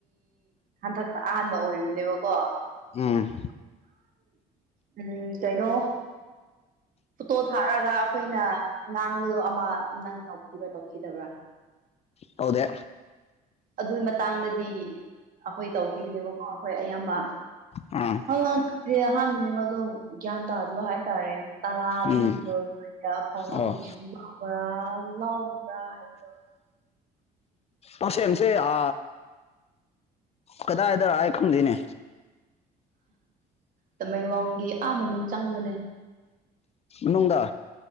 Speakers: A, on the right; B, on the left.
A: ꯍꯟꯗꯛ ꯑꯍꯥꯟꯕ ꯑꯣꯏꯔꯤꯕꯅꯦꯕꯀꯣ
B: ꯎꯝ
A: ꯎꯝ ꯀꯩꯅꯩꯅꯣ ꯐꯣꯇꯣ ꯊꯥꯔꯒ ꯑꯩꯈꯣꯏꯅ ꯉꯥꯡꯕꯗꯣ ꯑꯃ ꯅꯪ ꯇꯧꯈꯤꯕ꯭ꯔꯥ ꯇꯧꯈꯤꯗꯕ꯭ꯔꯥ
B: ꯍꯥꯎꯗꯦ
A: ꯑꯗꯨꯒꯤ ꯃꯇꯥꯡꯗꯗꯤ ꯑꯩꯈꯣꯏ ꯇꯧꯈꯤꯕꯅꯦꯕꯀꯣ ꯑꯩꯈꯣꯏ ꯑꯌꯥꯝꯕ
B: ꯑꯥ
A: ꯍ ꯁꯤ ꯑꯍꯥꯟꯕꯅꯦ ꯃ ꯑꯗꯨꯣ ꯒ꯭ꯌꯥꯟ ꯇꯥꯗꯕ ꯍꯥꯏꯇꯥꯔꯦ ꯇꯔꯥ ꯄꯤꯕꯗꯣ
B: ꯎꯝ
A: ꯁꯗ ꯐꯥꯎꯅꯕꯒꯤꯁꯨ
B: ꯑꯣ
A: ꯔꯥ ꯂꯥꯎꯕ꯭ꯔꯥ ꯍꯥꯏꯕꯗꯣ
B: ꯑꯣ ꯁꯦꯃꯁꯦ ꯑ ꯀꯗꯥꯏꯗꯥꯏ ꯈꯪꯗꯦꯅꯦ
A: ꯇꯃꯦꯡꯂꯣꯡꯒꯤ ꯑꯥ ꯃꯅꯨꯡ ꯆꯪꯕꯅꯦ
B: ꯅꯨꯡꯗ